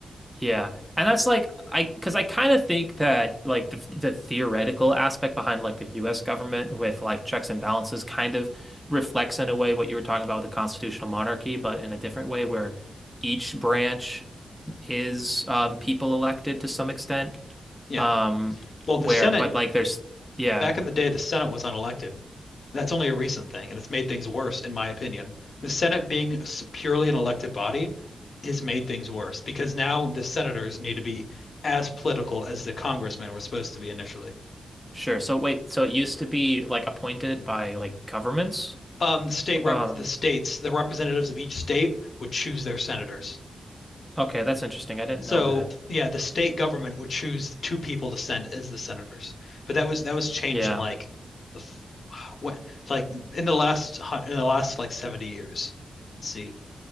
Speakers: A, in the centre; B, on the left.
A: Yeah. And that's like I because I kind of think that like the the theoretical aspect behind like the US government with like checks and balances kind of reflects in a way what you were talking about with the constitutional monarchy, but in a different way where each branch is um people elected to some extent.
B: yeah
A: Um
B: well
A: where
B: the Senate
A: but like there's yeah,
B: Back in the day, the Senate was unelected. That's only a recent thing, and it's made things worse, in my opinion. The Senate being s- purely an elected body has made things worse because now the senators need to be as political as the congressmen were supposed to be initially.
A: sure. So wait, so it used to be like appointed by like governments?
B: Um, the state rep
A: Um
B: the states, the representatives of each state would choose their senators.
A: okay, that's interesting. I didn't
B: So
A: know that.
B: yeah, the state government would choose two people to send as the senators, but that was that was changed
A: Yeah.
B: in like the f- <sighs> what like in the last hu- in the last like 70 years. Let's see.